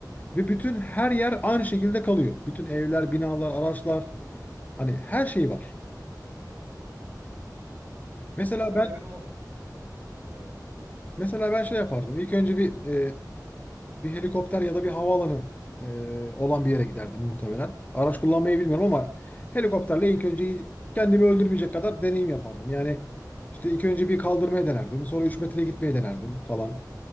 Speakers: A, on the left; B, on the right.
A: Ve bütün her yer aynı şekilde kalıyor. Bütün evler, binalar, araçlar hani her şey var. Mesela
B: Ya şöyle
A: ben
B: bir mo- evet.
A: mesela ben şey yapardım. İlk önce bir e, bir helikopter ya da bir havaalanı e, olan bir yere giderdim muhtemelen. Araç kullanmayı bilmiyorum ama helikopterle ilk önce kendimi öldürmeyecek kadar deneyim yapardım. Yani işte ilk önce bir kaldırmaya denerdim. Sonra 3 metreye gitmeye denerdim falan.